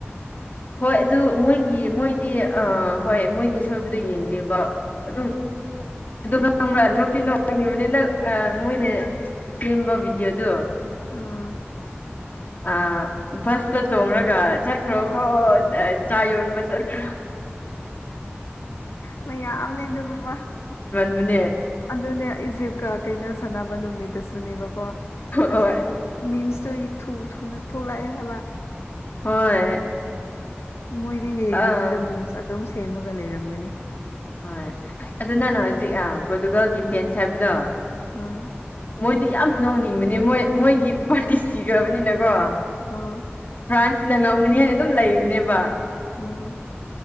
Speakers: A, on the left; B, on the left.
A: ꯍꯣꯏ ꯑꯗꯨ ꯃꯣꯏꯒꯤ ꯃꯣꯏꯗꯤ ꯑ ꯍꯣꯏ ꯃꯣꯏꯗꯤ ꯑꯁꯣꯏꯕꯗꯣ ꯌꯦꯡꯗꯦꯕ ꯑꯗꯨꯝ ꯑꯗꯨ ꯈꯪꯕ꯭ꯔꯥ ꯅꯣꯛꯇꯤ ꯅꯣꯛ ꯍꯪꯉꯤꯕꯅꯦ ꯅꯪ ꯃꯣꯏꯅ ꯁꯦꯝꯕ ꯚꯤꯗꯤꯑꯣꯗꯣ
B: ꯑꯥ
A: ꯑ ꯕꯁꯇ ꯇꯣꯡꯡꯂꯒ ꯆꯠꯈ꯭ꯔꯣꯀꯣ
B: ꯍꯣꯏ
A: ꯆꯥ ꯌꯣꯟꯕ ꯆꯠꯈ꯭ꯔꯣ
B: ꯃꯣꯏ ꯌꯥꯝꯅꯦ ꯑꯗꯨꯒꯨꯝꯕ
A: ꯃꯅꯦ
B: ꯑꯗꯨꯅꯦ ꯏꯖꯤꯞꯀ ꯀꯩꯅꯣ ꯁꯥꯟꯅꯕ ꯅꯨꯃꯤꯠꯇꯁꯨꯅꯦꯕꯀꯣ
A: ꯍꯣꯏ
B: ꯑꯁ ꯃꯤꯟꯁꯇꯨ ꯊꯨ ꯊꯨꯅ ꯊꯣꯛꯂꯛꯑꯦ ꯍꯥꯏꯕ
A: ꯍꯣꯏ
B: ꯃꯣꯏꯗꯤ ꯌꯦꯡꯗꯕꯤꯗ
A: ꯑꯥ
B: ꯃꯤꯝꯁ ꯑꯗꯨꯝ ꯁꯦꯝꯃꯒ ꯂꯩꯔꯝꯒꯅꯤ
A: ꯍꯣꯏ ꯑꯗꯨ ꯅꯅ ꯍꯧꯖꯤꯛ ꯄꯣꯔꯇꯨꯒꯜꯒꯤ ꯐꯦꯟꯁ ꯍꯥꯏꯕꯗꯣ
B: ꯑꯝ
A: ꯃꯣꯏꯗꯨ ꯌꯥꯝ ꯅꯧꯅꯤꯡꯕꯅꯦ ꯃꯣꯏ ꯃꯣꯏꯒꯤ ꯄꯥꯔꯇꯤ ꯁꯤꯈ꯭ꯔꯕꯅꯤꯅꯀꯣ
B: ꯑꯣ
A: ꯐ꯭ꯔꯥꯟꯁꯅ ꯉꯝꯒꯅꯤ ꯍꯥꯏꯅ ꯑꯗꯨꯝ ꯂꯩꯕꯅꯦꯕ
B: ꯎꯝ